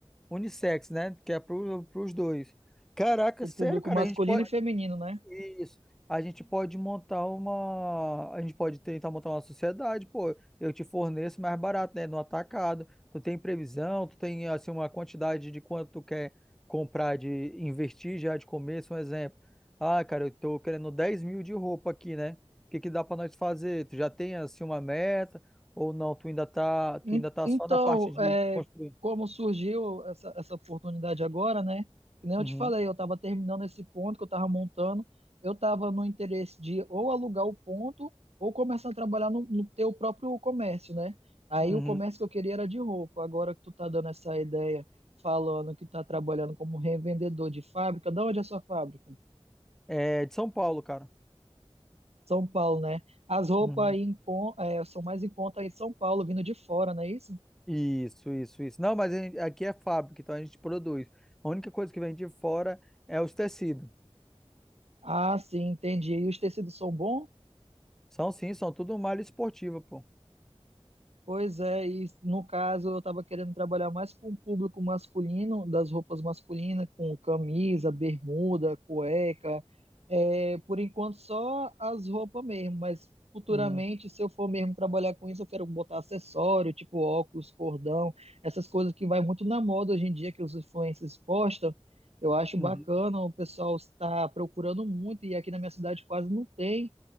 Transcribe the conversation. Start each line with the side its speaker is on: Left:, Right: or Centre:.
Centre: unissex, né? Que é para os dois. Caraca,
Right: O
Centre: sério,
Right: público
Centre: cara,
Right: masculino
Centre: a gente pode,
Right: e feminino, né?
Centre: isso. A gente pode montar uma. A gente pode tentar montar uma sociedade, pô. Eu te forneço mais barato, né? No atacado. Tu tem previsão, tu tem assim, uma quantidade de quanto tu quer comprar, de investir já de começo, um exemplo. Ah, cara, eu tô querendo dez mil de roupa aqui, né? O que que dá pra nós fazer? Tu já tem assim uma meta? Ou não? Tu ainda tá, tu
Right: En-
Centre: ainda tá
Right: Então,
Centre: só na parte de
Right: é,
Centre: construir.
Right: como surgiu essa, essa oportunidade agora, né? Que nem
Centre: Uhum,
Right: eu te falei, eu estava terminando esse ponto que eu estava montando, eu estava no interesse de ou alugar o ponto ou começar a trabalhar no, no teu próprio comércio, né? Aí
Centre: uhum.
Right: o comércio que eu queria era de roupa. Agora que tu tá dando essa ideia, falando que tá trabalhando como revendedor de fábrica, da onde é a sua fábrica?
Centre: É de São Paulo, cara.
Right: São Paulo, né? As roupas
Centre: Uhum.
Right: aí em con- é, são mais em conta aí em São Paulo, vindo de fora, não é isso?
Centre: Isso, isso, isso. Não, mas a gente- aqui é fábrica, então a gente produz. A única coisa que vem de fora é os tecidos.
Right: Ah, sim, entendi. E os tecidos são bons?
Centre: São sim, são tudo malha esportiva, pô.
Right: Pois é, e no caso eu estava querendo trabalhar mais com o público masculino, das roupas masculinas, com camisa, bermuda, cueca. É, por enquanto só as roupas mesmo, mas futuramente,
Centre: Uhum,
Right: se eu for mesmo trabalhar com isso, eu quero botar acessório, tipo óculos, cordão, essas coisas que vai muito na moda hoje em dia, que os influencers postam. Eu acho
Centre: uhum,
Right: bacana, o pessoal está procurando muito, e aqui na minha cidade quase não tem.